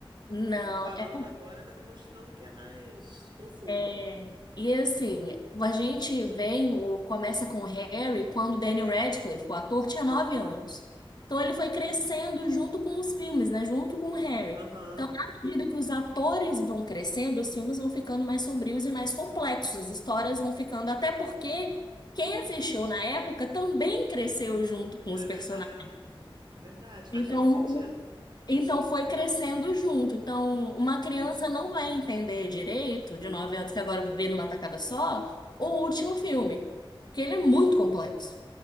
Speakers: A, on the left (about 50°); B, on the right (about 55°).
A: não,
B: Você falando
A: é, por-
B: agora tá me mostrando que é mais profundo.
A: é. E assim, a gente vem, o, começa com o Harry quando o Daniel Radcliffe, o ator, tinha nove anos. Então ele foi crescendo junto com os filmes, né? Junto com o Harry.
B: Aham,
A: Então, à medida que os atores vão crescendo, os filmes vão ficando mais sombrios e mais complexos, as histórias vão ficando, até porque quem assistiu na época também cresceu junto com
B: é
A: os personagens.
B: verdade. É verdade, faz
A: Então,
B: todo sentido.
A: Então foi crescendo junto. Então, uma criança não vai entender direito, de 9 anos, que agora vê numa tacada só, o último filme, porque ele é muito complexo.